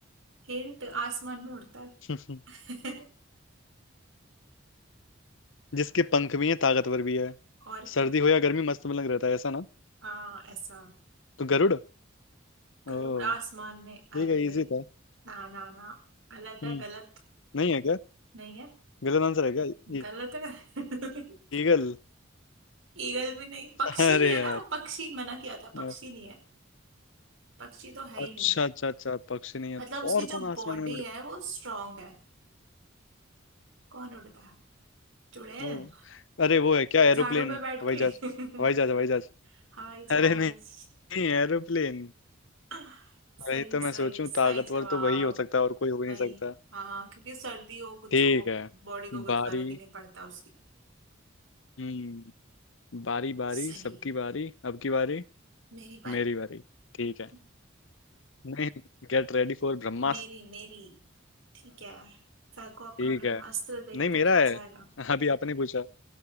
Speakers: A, on the right; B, on the left.
A: हिंट आसमान में उड़ता
B: <laughs>
A: है <laughs>
B: जिसके पंख भी हैं ताकतवर भी है
A: और क्या
B: सर्दी हो या गर्मी मस्त मलंग रहता है ऐसा ना
A: हाँ ऐसा
B: तो गरुड़
A: गरुड़
B: ओ
A: आसमान में अरे
B: ठीक है इजी था
A: ना ना ना गलत है
B: हम्म
A: गलत
B: नहीं है क्या
A: नहीं है
B: गलत आंसर है क्या
A: गलत है <laughs>
B: ईगल
A: ईगल भी नहीं
B: <laughs>
A: पक्षी
B: अरे
A: नहीं है
B: यार
A: ना पक्षी मना किया था
B: यार,
A: पक्षी नहीं है पक्षी तो है ही
B: अच्छा
A: नहीं
B: अच्छा अच्छा पक्षी नहीं है
A: मतलब उसकी
B: और
A: जो
B: कौन आसमान
A: बॉडी
B: में उड़
A: है वो स्ट्रांग है कौन उड़ता है चुड़ैल
B: ओ अरे वो है क्या
A: झाड़ों
B: एरोप्लेन
A: पे बैठ
B: हवाई
A: के <laughs>
B: जहाज हवाई जहाज हवाई जहाज
A: हवाई जहाज
B: अरे नहीं, नहीं एरोप्लेन
A: <laughs> सही
B: वही तो
A: सही
B: मैं सोचूं
A: सही
B: ताकतवर
A: जवाब
B: तो वही हो सकता है और कोई हो ही
A: वही
B: नहीं सकता
A: हाँ हाँ क्योंकि सर्दी हो कुछ
B: ठीक
A: हो
B: है
A: बॉडी को कुछ
B: बारी
A: फर्क ही नहीं पड़ता उसकी
B: हम्म बारी बारी
A: सही
B: सबकी बारी अब की बारी
A: मेरी बारी
B: मेरी बारी ठीक है
A: <laughs>
B: नहीं गेट रेडी फॉर ब्रह्मास्त्र
A: मेरी मेरी ठीक है सर को अपना
B: ठीक
A: ब्रह्मास्त्र
B: है
A: देखते
B: नहीं मेरा
A: खा
B: है
A: जाएगा
B: <laughs> अभी आपने पूछा